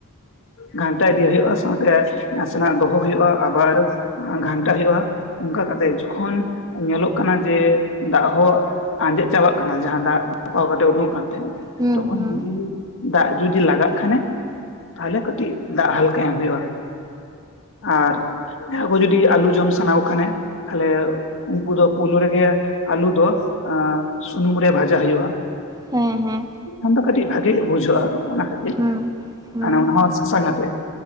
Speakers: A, on the left; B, on the right.
A: ᱜᱷᱟᱱᱴᱟ ᱤᱫᱤ ᱦᱳᱭᱳᱜᱼᱟ ᱥᱟᱶᱛᱮ ᱱᱟᱥᱮᱱᱟᱜ ᱫᱚᱦᱚ ᱦᱳᱭᱚᱜᱼᱟ, ᱟᱵᱟᱨ ᱟᱸ ᱜᱷᱟᱱᱴᱟ ᱦᱩᱭᱩᱜᱼᱟ ᱚᱱᱠᱟ ᱠᱟᱛᱮ ᱡᱚᱠᱷᱚᱱ ᱧᱮᱞᱚᱜ ᱠᱟᱱᱟ ᱡᱮ ᱫᱟᱜ ᱦᱚᱸ ᱟᱸᱡᱮᱫ ᱪᱟᱵᱟᱜ ᱠᱟᱱᱟ ᱡᱟᱦᱟᱸ ᱫᱟᱜ ᱵᱷᱟᱯᱟᱣ ᱠᱟᱛᱮ ᱩᱰᱩᱝᱼᱚᱜ ᱠᱟᱱ ᱛᱟᱦᱮᱸ
B: ᱦᱩᱸ
A: ᱛᱚᱠᱷᱚᱱ
B: ᱦᱩᱸ
A: ᱡᱩᱫᱤ ᱫᱟᱜ ᱡᱩᱫᱤ ᱞᱟᱜᱟᱜ ᱠᱷᱟᱱᱮ ᱛᱟᱦᱚᱞᱮ ᱠᱟᱹᱴᱤᱡ ᱫᱟᱜ ᱦᱟᱞᱠᱟ ᱮᱢ ᱦᱩᱭᱩᱜᱭᱼᱟ᱾ ᱟᱨ ᱡᱟᱦᱟᱭ ᱠᱚ ᱡᱩᱫᱤ ᱟᱹᱞᱩ ᱡᱚᱢ ᱥᱟᱱᱟ ᱠᱚ ᱠᱷᱟᱱᱮ ᱛᱟᱦᱚᱞᱮ ᱩᱱᱠᱩ ᱫᱚ ᱯᱳᱭᱞᱳ ᱨᱮᱜᱮ ᱟᱹᱞᱩ ᱫᱚ ᱟᱸ ᱥᱩᱱᱩᱢ ᱨᱮ ᱵᱷᱟᱡᱟ ᱦᱩᱭᱩᱜᱼᱟ᱾
B: ᱦᱮᱸ ᱦᱮᱸ᱾
A: ᱟᱫᱚ ᱠᱟᱹᱴᱤᱡ ᱵᱷᱟᱜᱤ ᱵᱩᱡᱷᱟᱹᱜᱼᱟ ᱚᱱᱟ ᱠᱷᱟᱹᱛᱤᱨ
B: ᱦᱩᱸ ᱦᱩᱸ
A: ᱚᱱᱮ ᱚᱱᱟ ᱦᱚᱸ ᱥᱟᱥᱟᱝ ᱟᱛᱮᱫ᱾